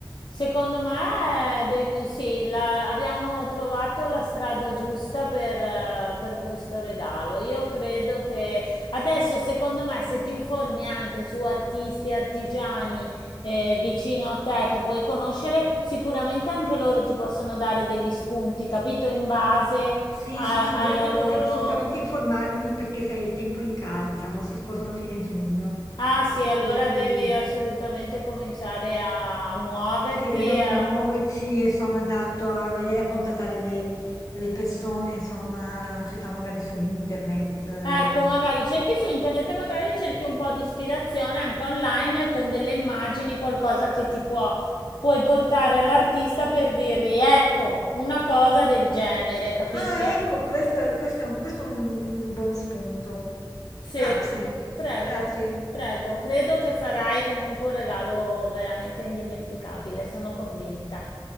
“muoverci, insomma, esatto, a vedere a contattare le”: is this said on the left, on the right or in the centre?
Left